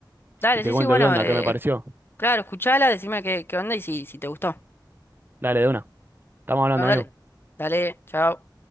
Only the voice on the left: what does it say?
Dale,
sí,
sí, bueno,
eh,
claro, escuchala, decime qué, qué onda y si, si te gustó.
Bueno,
dale, dale, chao.